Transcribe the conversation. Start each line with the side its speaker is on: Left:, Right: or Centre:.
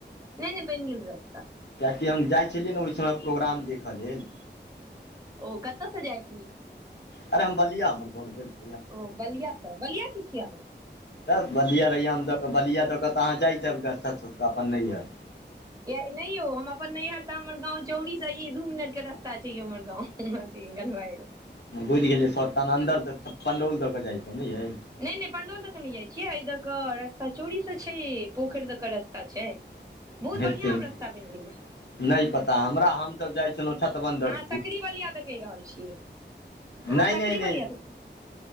Right: नहि नहि बन गेल रह रास्ता
Left: कियाकि हम जाइ छलियै ने ओहि समय प्रोग्राम देखऽ लेल
Right: ओ कतऽ से जाइ छी अहाँ
Left: अरे हम बलिया अमर को भेल <unintelligible>
Right: ओ बलियासँ बलिया की छियै अहाँ
Left: तऽ बलिया अैामे दऽ बलियाआ दऽ कऽ तऽ अहाँ जाइत जाब सस्त अपन नहियर
Right: किया नहि यौ हम अपन नैहर तऽ हमर गाँं चौरी से ई दू मिनट के रस्ता छै यौ हमर गाँंव म तींगन बाड <inaudible>
Left: बुझि गेलियै अन्दर तऽ पण्डौल दऽ केऽ जाइतौ नैय
Right: नहि नहि पंडौल तऽ के नहि जाय छियै एहि दऽ के रस्ता चोरी से छै ई पोखैर दऽ के रस्ता छै बहुत
Left: हेते
Right: बढ़ियां
Left: नहि
Right: आब रस्ता बनि गेलै
Left: पता हमरा हमसभ जाइ छलहुँ छठबंधर
Right: अहाँ सकरी बलिया देके कह रहल छिए अहाँ
Left: नहि
Right: सकरी
Left: नहि नहि
Right: बलिया देके